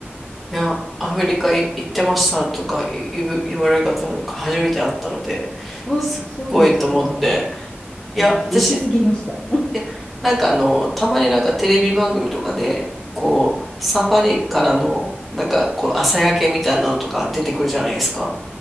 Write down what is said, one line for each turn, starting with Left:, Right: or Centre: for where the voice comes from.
Centre: いや、アフリカい行ってましたとか言う言われる方なんか初めて会ったので、
Left: あそうですか
Centre: すっごいと思って。いや、
Left: いやちょっと行き過ぎました
Centre: 私、いや、なんかあの、たまになんかテレビ番組とかで、こう、サファリからの、なんか、こう、朝焼けみたいなのとか出てくるじゃないですか。